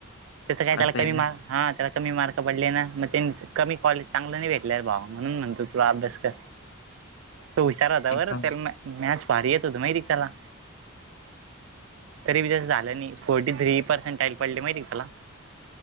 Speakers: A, on the right; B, on the left.
A: तस काय त्याला
B: असं आहे
A: कमी
B: ना,
A: <unintelligible> हा त्याला कमी मार्क पडले ना मग त्यां कमी कॉलेज चांगलं नाही भेटल्या भाव म्हणून म्हणतो तुला अभ्यास कर. तो हुशार होता
B: ते
A: बर
B: पण
A: त्याला मॅथस भारी येत होत माहित की त्याला. तरी बी त्याच झालं नाही फोर्टी थ्री परसेंटेज पडली माहिती त्याला.